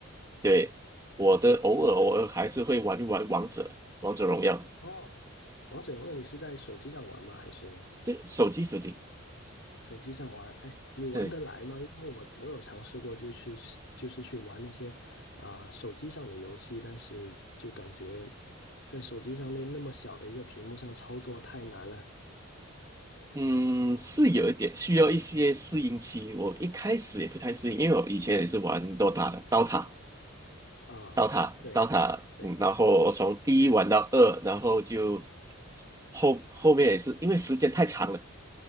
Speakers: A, on the right; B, on the left.
A: 对，我的偶尔偶尔还是会玩一玩王者，
B: 嗯，
A: 王者荣耀，
B: 哦，王者荣耀你是在手机上玩吗？还是？
A: 对，手机手机。
B: 手机上玩，哎，你玩得来吗？
A: 对。
B: 因为我我有尝试过，就去就是去玩那些啊、手机上的游戏，但是就感觉在手机上那那么小的一个屏幕上操作太难了
A: 嗯，是有一点需要一些适应期。我一开始也不太适应，因为我以前也是玩 DOTA 的，DOTA、
B: 啊、
A: DOTA、
B: 对对，
A: DOTA，嗯，然后我从第一玩到二，然后就后后面也是因为时间太长了，